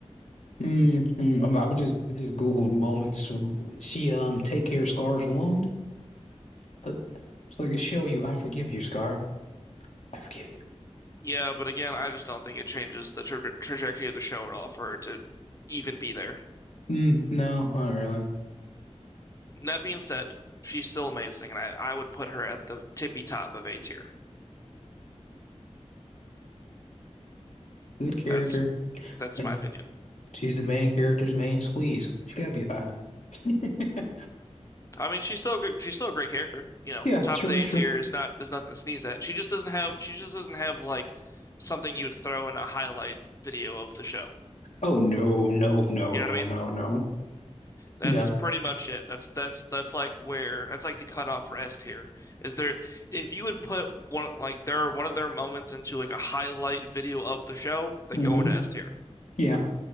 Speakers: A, on the left; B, on the left.
A: hmm I, I was just I just Googled moments. She um take care Scar's wound. But it's like a show you. I forgive you, Scar. I forgive you.
B: Yeah, but again, I just don't think it changes the tra trajectory of the show at all for her to even be there.
A: Mm, no, not really.
B: That being said, she's still amazing, and I, I would put her at the tippy top of A tier.
A: Good character,
B: That's that's
A: and
B: my opinion.
A: she's the main character's main squeeze. She gotta be high. <laughs>
B: I mean, she's still good, she's still a great character. You know,
A: Yeah,
B: top
A: true,
B: of the
A: true.
B: A tier is not is nothing to sneeze at. She just doesn't have she just doesn't have like something you'd throw in a highlight video of the show.
A: Oh no, no, no,
B: You
A: no,
B: know what I mean?
A: no, no.
B: That's
A: No.
B: pretty much it. That's that's that's like where that's like the cutoff for S tier. Is there if you would put one like their one of their moments into like a highlight video of the show, they
A: hmm
B: go into S tier.
A: Yeah.